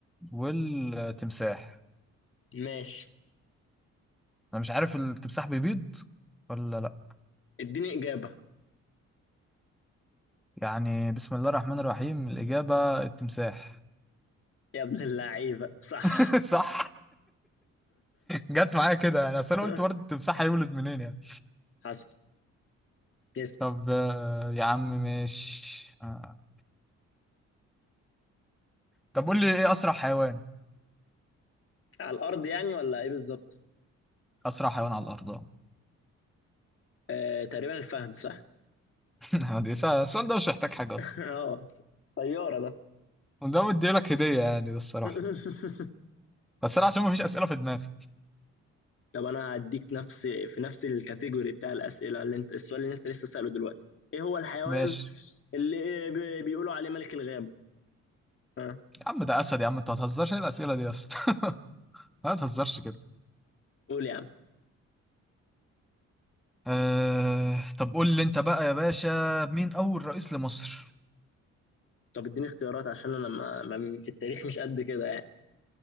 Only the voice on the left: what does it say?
ماشي
اديني إجابة
يا ابن اللعيبة صح
<laughs>
حسن تسأل
على الأرض يعني ولا إيه بالظبط؟
آه، تقريبا الفهد صح؟
<laughs>
اه طيارة ده
<laughs>
طب أنا هديك نفس في نفس الكاتيجوري بتاع الأسئلة اللي أنت السؤال اللي أنت لسه سأله دلوقتي إيه هو الحيوان
اللي بي- بيقولوا عليه ملك الغابة؟ ها
قول يا عم
طب اديني اختيارات عشان أنا ما ما- في التاريخ مش قد كده يعني